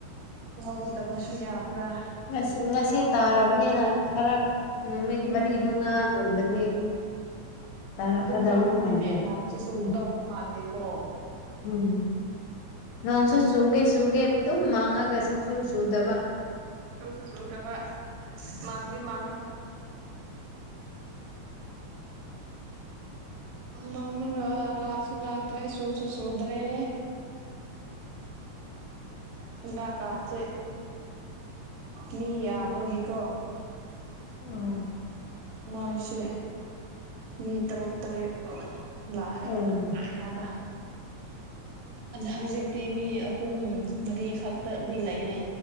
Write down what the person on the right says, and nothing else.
ꯂꯧꯗꯕꯁꯨ ꯌꯥꯕ꯭ꯔꯥ
ꯎꯝ
ꯑꯗꯨꯝ ꯇꯧꯒꯅꯤꯅꯦ
ꯅꯁꯨ ꯁꯨꯒꯗꯧꯕ
ꯃꯥꯟꯗꯦꯀꯣ
ꯁꯣꯏꯁ ꯁꯣꯏꯗꯕ ꯃꯥꯡꯗꯤ ꯃꯥꯥꯡꯅ ꯃꯪ ꯂꯥꯛꯁꯨ ꯂꯥꯛꯇ꯭ꯔꯦ ꯁꯨꯁꯨꯨ ꯁꯨꯗ꯭ꯔꯦ ꯎꯝ ꯗꯥ ꯀꯆꯦ ꯃꯤ ꯌꯥꯕꯒꯤ ꯀꯣ
ꯃꯁꯦ ꯃꯤ ꯇꯔꯨꯛ ꯇꯔꯦꯠ ꯂꯥꯛꯦꯕ
ꯂꯥꯛꯑꯦ ꯍꯥꯏꯕ ꯍꯧꯖꯤꯛꯇꯤ ꯃꯤ ꯑꯍꯨꯝ ꯃꯔꯤꯈꯛꯇꯗꯤ ꯂꯩꯌꯦ